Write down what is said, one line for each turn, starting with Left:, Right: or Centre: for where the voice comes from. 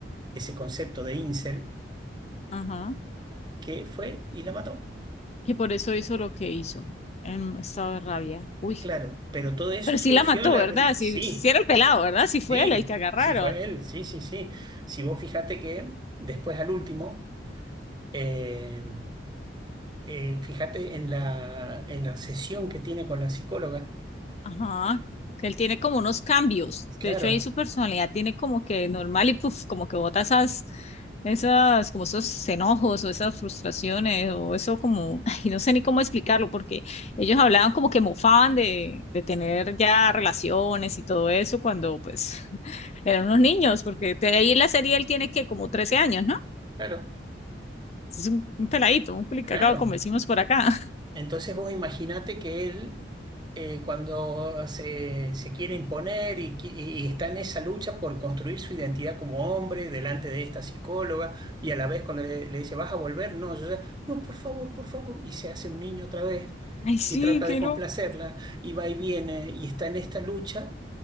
Right: ese concepto de incel,
Left: ajá,
Right: que fue y la mató.
Left: que por eso hizo lo que hizo, en estado de rabia. Uy,
Right: Claro, pero todo eso
Left: Pero
Right: surgió
Left: sí la mató,
Right: en la...
Left: ¿verdad? Si,
Right: Sí,
Left: si era el pelado, ¿verdad? Si fue
Right: sí,
Left: él el que agarraron.
Right: sí fue él, sí, sí, sí. Si vos fijate que después al último Eh, eh, fíjate en la, en la sesión que tiene con la psicóloga.
Left: Ajá. Que él tiene como unos cambios.
Right: Claro,
Left: De hecho, ahí su personalidad tiene como que normal y puff, como que bota esas, esas, como esos enojos o esas frustraciones o eso como, <laughs> y no sé ni cómo explicarlo porque ellos hablaban como que mofaban de, de tener ya relaciones y todo eso cuando pues <laughs> eran unos niños, porque de ahí en la serie él tiene que como 13 años, ¿no?
Right: claro,
Left: Es un, un peladito, un pelicagado,
Right: claro.
Left: como decimos por acá.
Right: Entonces vos imaginate que él, eh, cuando se, se quiere imponer y, qui- y- y está en esa lucha por construir su identidad como hombre delante de esta psicóloga, y a la vez cuando le, le dice, ¿vas a volver? No, yo ya, no, por favor, por favor. Y se hace un niño otra vez
Left: Ay, sí,
Right: y trata
Left: qué
Right: de complacerla
Left: loco.
Right: y va y viene y está en esta lucha